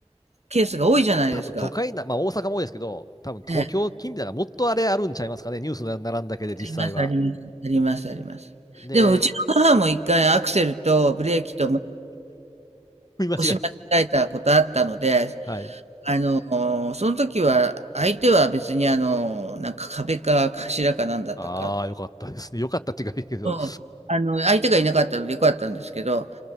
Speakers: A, on the right; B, on the left.
A: ケースが多いじゃないですか。
B: 多分都会な、まあ大阪も多いですけど、多分東京近辺だからもっとあれあるんちゃいますかね。
A: ええ、あ
B: ニュースに並んだけで実際は。
A: ります、あります、あります、あります。
B: で、
A: でも、うちの母も一回アクセルとブレーキと、あの、
B: 踏み間違い。
A: 押し間違えたことあったので、
B: はい。
A: あの、その時は、相手は別にあの、なんか壁か柱かなんだったか、
B: ああ、よかったですね。よかったっていうかいいけど。
A: うん、あの、相手がいなかったのでよかったんですけど、